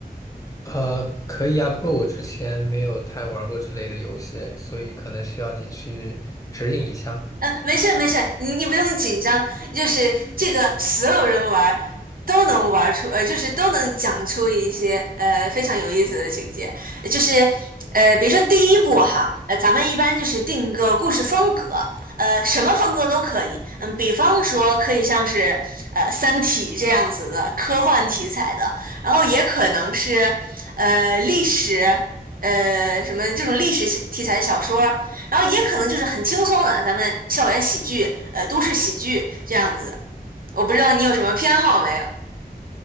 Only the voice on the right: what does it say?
嗯，呃没事没事，你你不用紧张，就是这个所有人玩儿都能玩儿出，呃，就是都能讲出一些呃非常有意思的情节，呃就是呃，比如说第一步哈，呃，咱们一般就是定一个故事风格，呃，什么风格都可以，嗯，比方说可以像是呃《三体》这样子的科幻题材的，然后也可能是呃历史。呃，什么这种历史题材的小说，然后也可能就是很轻松的，咱们校园喜剧，呃，都市喜剧这样子。我不知道你有什么偏好没有？